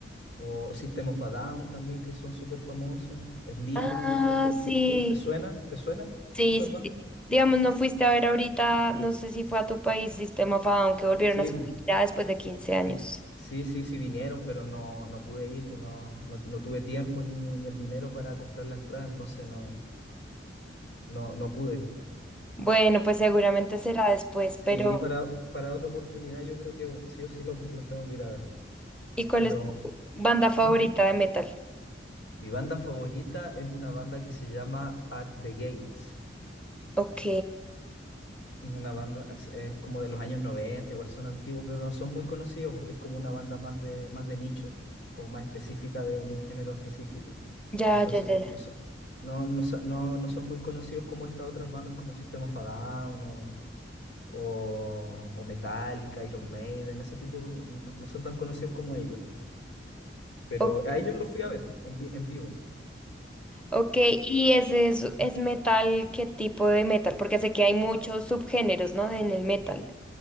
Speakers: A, on the left; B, in the centre.
A: o System of a Down también, que son súper famosos. Slipknot,
B: Ah,
A: por ejemplo.
B: sí.
A: ¿No- ¿Te suena? ¿Te suena
B: Sí,
A: esas
B: sí,
A: bandas?
B: sí. Digamos, no fuiste a ver ahorita, no sé si fue a tu país, Sistema of a Down, que volvieron
A: Sí,
B: a hacer
A: pues,
B: una gira después de quince años.
A: sí, sí, sí vinieron, pero no, no pude ir, no, no, no tuve tiempo ni, ni el dinero para comprar la entrada, entonces no, no, no pude.
B: Bueno, pues seguramente será después,
A: Sí,
B: pero
A: para, para otra oportunidad yo creo que sí o sí los, los tengo que ir a ver.
B: ¿y cuál
A: Pero
B: es tu banda favorita
A: ¿Mm?
B: de metal?
A: mi banda favorita es una banda que se llama At the Gates.
B: Ok,
A: Es una banda, es es como de los años 90 igual son antiguos, pero no son muy conocidos porque es como una banda más de, más de nicho, como más específica de, de un género específico.
B: ya,
A: Entonces
B: ya, ya.
A: no,
B: ya.
A: no, son, no, no sa- no- no son muy conocidos como estas otras bandas como System of a Down o, o, o Metallica, Iron Maiden, ese tipo, no, no son tan conocidos como ellos. Pero
B: Ok,
A: a ellos los fui a ver en, vi- en vivo.
B: Ok, ¿y ese es, es metal? ¿Qué tipo de metal? Porque sé que hay muchos subgéneros, ¿no? En el metal.